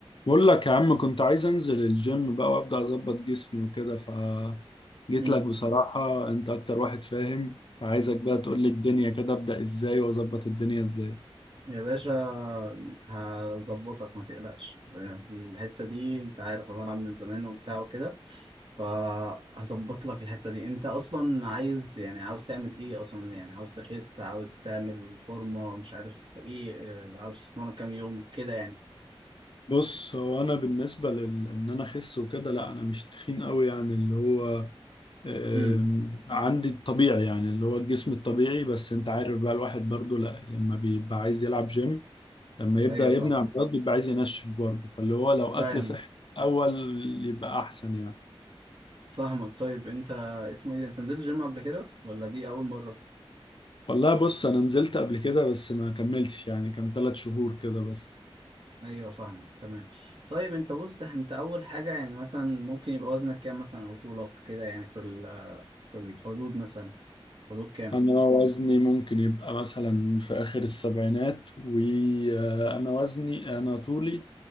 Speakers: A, on the left (about 55°); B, on the right (about 55°).
A: بقول لك يا عم كنت عايز انزل الجيم بقى وابدا اظبط جسمي وكده ف جيت
B: امم
A: لك بصراحة انت اكتر واحد فاهم فعايزك بقى تقول لي الدنيا كده ابدا ازاي واظبط الدنيا ازاي
B: يا باشا هظبطك ما تقلقش الحتة دي انت عارف انا بلعب من زمان وبتاع وكده فهظبط لك الحتة دي انت اصلا عايز يعني عاوز تعمل ايه اصلا يعني عاوز تخس عاوز تعمل فورمة مش عارف ايه اه، عاوز تتمرن كام يوم كده يعني
A: بص هو انا بالنسبة لل ان انا اخس وكده لا انا مش تخين قوي يعني اللي هو آم،
B: امم
A: عندي الطبيعي يعني اللي هو الجسم الطبيعي بس انت عارف بقى الواحد برضو لا لما بيبقى عايز يلعب جيم لما يبدا
B: ايوه
A: يبني
B: فاهم
A: عضلات بيبقى عايز ينشف برضه فاللي هو لو اكل
B: فاهم
A: صحي اول يبقى احسن يعني
B: فاهمك طيب انت اسمه ايه ده انت نزلت جيم قبل كده ولا دي اول مرة
A: والله بص انا نزلت قبل كده بس ما كملتش يعني كان ثلاث شهور كده بس
B: ايوه فاهمك تمام طيب انت بص إح- انت اول حاجه يعني مثلا ممكن يبقى وزنك كام مثلا او طولك كده يعني في ال- في الحدود مثلا حدود كام
A: انا وزني ممكن يبقى مثلا في اخر السبعينات وانا وزني انا طولي